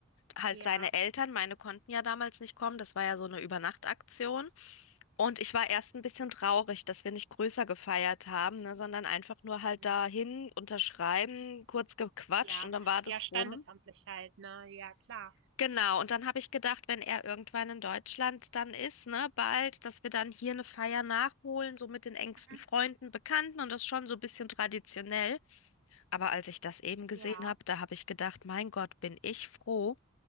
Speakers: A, on the left (about 75°); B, on the right (about 65°).
A: Halt
B: Ja.
A: seine Eltern, meine konnten ja damals nicht kommen, das war ja so eine Übernachtaktion. Und ich war erst ein bisschen traurig, dass wir nicht größer gefeiert haben, ne, sondern einfach nur
B: Mhm.
A: halt dahin unterschreiben, kurz gequatscht
B: Ja,
A: und dann war
B: ja,
A: das
B: standesamtlich
A: rum.
B: halt, ne? Ja, klar.
A: Genau, und dann habe ich gedacht, wenn er irgendwann in Deutschland dann ist, ne, bald, dass wir dann hier eine Feier nachholen, so mit den engsten
B: Mhm.
A: Freunden, Bekannten und das schon so ein bisschen traditionell. Aber als ich das eben gesehen
B: Ja.
A: habe, da habe ich gedacht, mein Gott, bin ich froh,